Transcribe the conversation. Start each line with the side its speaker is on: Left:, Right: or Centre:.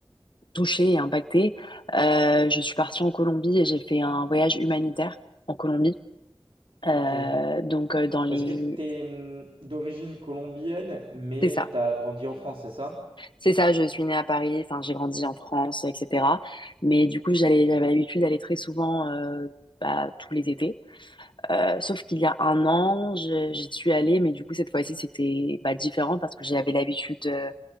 Left: touchée et impactée. Euh, je suis partie en Colombie et j'ai fait un voyage humanitaire en Colombie. Euh,
Right: Ok.
Left: donc euh, dans les,
Right: Parce que t'es hum, d'origine colombienne, mais
Left: c'est ça,
Right: t'as grandi en France, c'est ça?
Left: C'est ça, je suis née à Paris, enfin j'ai grandi en France, etc. Mais du coup, j'allais, j'avais l'habitude d'aller très souvent euh, bah, tous les étés. Euh, sauf qu'il y a un an, je- j'y suis allée, mais du coup cette fois-ci c'était bah, différent parce que j'avais l'habitude euh,